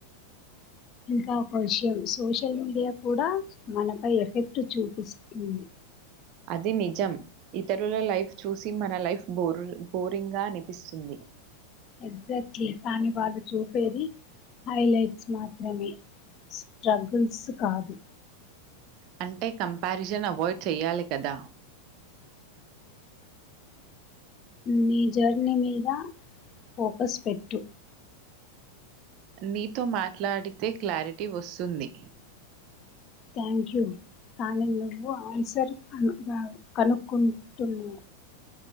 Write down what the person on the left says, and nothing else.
ఇంకా ఒక విషయం సోషల్ మీడియా కూడా మనపై ఎఫెక్ట్ చూపిస్తుంది
ఎగ్జాక్ట్లీ కానీ బాలు చూపేది హైలైట్స్ మాత్రమే స్ట్రగుల్స్ కాదు
నీ జర్నీ మీద ఫోకస్ పెట్టు
థ్యాంక్ యూ కానీ నువ్వు ఆన్సర్ కనుక్కుంటున్నావు